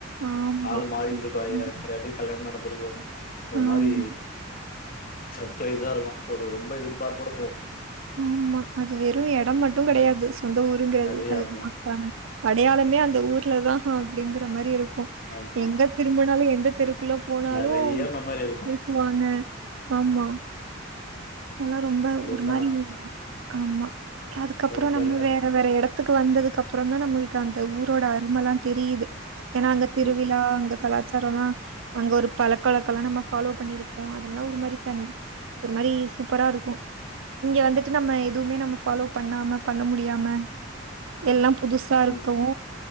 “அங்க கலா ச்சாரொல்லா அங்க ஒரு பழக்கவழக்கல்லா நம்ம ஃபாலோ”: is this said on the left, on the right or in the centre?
Right